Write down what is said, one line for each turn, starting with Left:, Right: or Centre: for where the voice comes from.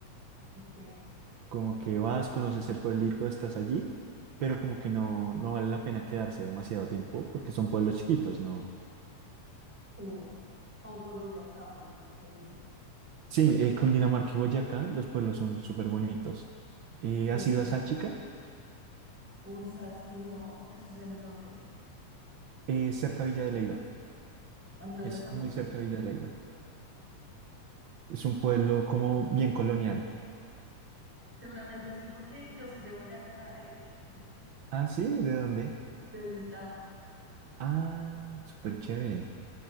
Centre: ok.
Right: como que vas, conoces el pueblito, estás allí, pero como que no, no vale la pena quedarse demasiado tiempo porque son pueblos chiquitos, ¿no?
Centre: Sí. Como por Boyacá, me imagino que dices.
Right: Sí, eh, Cundinamarca y Boyacá, los pueblos son súper bonitos. Eh,
Centre: Sí.
Right: ¿has ido a Sáchica?
Centre: Uy, ¿sabes qué no? ¿Eso es en dónde?
Right: Es cerca de Villa de Leiva,
Centre: Entonces
Right: es
Centre: de pronto
Right: muy
Centre: sí.
Right: cerca de Villa de Leiva. Es un pueblo como bien colonial.
Centre: Seguramente sí, porque yo soy de Boyacá, de hecho,
Right: Ah, sí, ¿de dónde?
Centre: de Duitama.
Right: Ah, súper chévere.